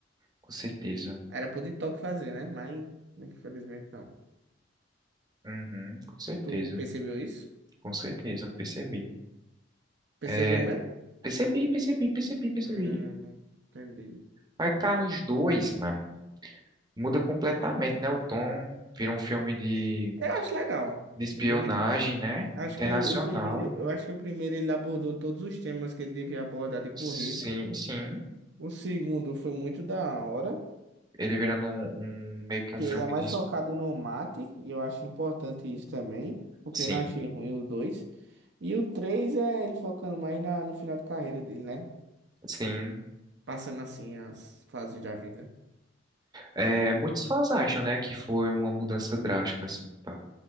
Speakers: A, on the right (about 20°); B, on the right (about 65°).
A: Com certeza.
B: Era pro TikTok fazer, né? Mas, infelizmente, não.
A: Uhum, com certeza.
B: Tu percebeu isso?
A: Com certeza, percebi.
B: Percebeu
A: É,
B: mesmo?
A: percebi, percebi, percebi, percebi.
B: Hum, entendi.
A: Aí Carros 2 mano, muda completamente, né? O tom vira um filme de,
B: Eu acho legal,
A: de espionagem,
B: não vou mentir.
A: né?
B: Acho
A: Internacional.
B: que o, o primeiro, eu acho que o primeiro ele abordou todos os temas que ele devia abordar de corrida.
A: Sim, sim.
B: O segundo foi muito da hora,
A: Ele virando um, um- meio que um
B: que
A: filme
B: ele é mais
A: de. es-
B: focado no mate, e eu acho importante isso também, porque
A: Sim,
B: eu não achei ruim os dois. E o 3 é ele focando mais na, no final de carreira dele, né?
A: sim.
B: Passando assim as fases da vida.
A: É, muitos fãs acham, né, que foi uma mudança drástica, assim, pra